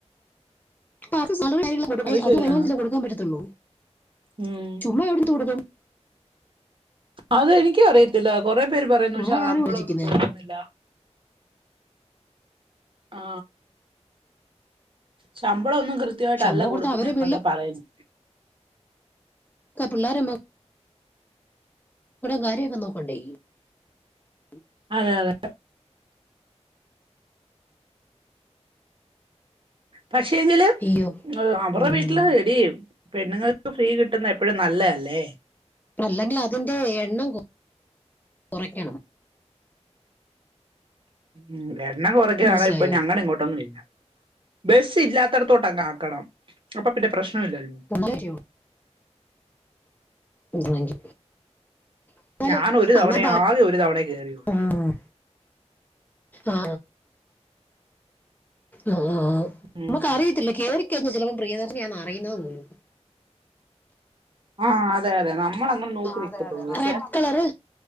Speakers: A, on the left (about 15°); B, on the right (about 50°).
A: അപ്പൊ അവർക്ക് കൊടുക്കാൻ
B: അത് ശരിയാണ്
A: പറ്റത്തൊള്ളൂ. <unintelligible>
B: ഉം
A: ചുമ്മാ എവിട <unintelligible>
B: അത് എനിക്കു അറിയത്തില്ല കൊറെ പേര് പറയുന്നു
A: അതാ
B: ക്ഷ
A: ഞാനും
B: ശമ്പളൊന്നും
A: ആലോചിക്കുന്നേ
B: കൊടുക്കുന്നില്ല ആ ശമ്പളം ഒന്നും കൃ കൃത്യായിട്ടല്ല
A: ശമ്പളം കൊടുത്ത
B: കൊടുക്കുന്നേന്നൊക്കെ
A: അവരെ വീട്ടിലെ
B: പറയുന്ന്.
A: ക പിള്ളാരമ്മം. കാര്യൊക്കെ നോക്കണ്ടേ. <unintelligible>
B: അതെ അതെ. പക്ഷെങ്കില്
A: അയ്യോ
B: അവറെ
A: ഉം.
B: വീട്ടില് എടീ പെണ്ണുങ്ങൾക്ക് ഫ്രീ കിട്ട്ന്ന എപ്പഴും നല്ലെയല്ലേ
A: അല്ലെങ്കിൽ അതിന്റെ എണ്ണം കൊറക്കണം.
B: ഉം എണ്ണം കൊറയ്ക്കുവാണെ
A: മനസ്സിലായോ
B: ഇപ്പൊ ഞങ്ങളിങ്ങോട്ടൊന്നുവില്ല. ബെസ്സ് ഇല്ലാത്തടത്തോട്ട് അങ്ങ് ആക്കണം അപ്പൊ പിന്നെ പ്രശ്നവില്ലല്ലോ.
A: എന്നാലേ ചെയ്യുള്ളൂ. എന്നാണെങ്കി. എന്നാല്
B: ഞാനൊരു തവണേ
A: അന്നാ ബാ-
B: ആകെ ഒരു തവണേയേ കേറിയൊള്ളു.
A: ഉം. ആ ആ ആ
B: ഉം
A: നമ്മക്കറിയത്തില്ല കേറി ചിലപ്പോ പ്രിയദർശിനിയാന്നറിയിന്നത് പോലൂ
B: ആ അതെ അതെ നമ്മളങ്ങനെ നോക്കി നിക്കത്തോള്ളൂ
A: അതെ അതെ റെഡ് കളറ്